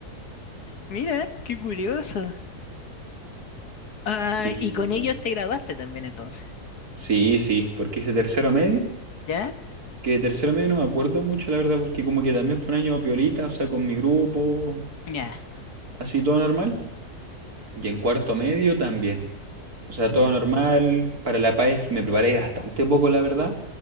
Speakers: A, on the left (about 85°); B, on the right (about 75°).
A: Mira, qué curioso. Ah,
B: Y
A: y con ellos te graduaste también entonces.
B: sí, sí, porque hice tercero medio,
A: ¿Ya?
B: que de tercero medio no me acuerdo mucho, la verdad, porque como que también fue un año piolita, o sea, con mi grupo,
A: Ya.
B: así todo normal. Y en cuarto medio también. O sea,
A: Ya.
B: todo normal. Para La Paz me preparé bastante poco, la verdad,